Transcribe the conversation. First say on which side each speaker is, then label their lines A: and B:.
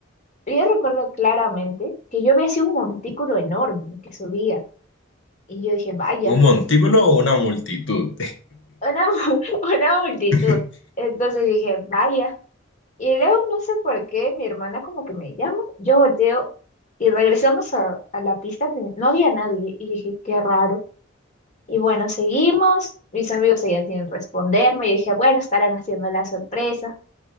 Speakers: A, on the left; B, on the left.
A: Yo recuerdo claramente que yo había sido un montículo enorme que subía y yo dije, vaya,
B: ¿Un montículo o una multitud?
A: una, mu- <laughs> una multitud.
B: <laughs>
A: Entonces dije, vaya. Y luego no sé por qué mi hermana como que me llama, yo volteo y regresamos a, a la pista, prin- no había nadie y dije, qué raro. Y bueno, seguimos, mis amigos seguían sin responderme y dije, bueno, estarán haciendo la sorpresa.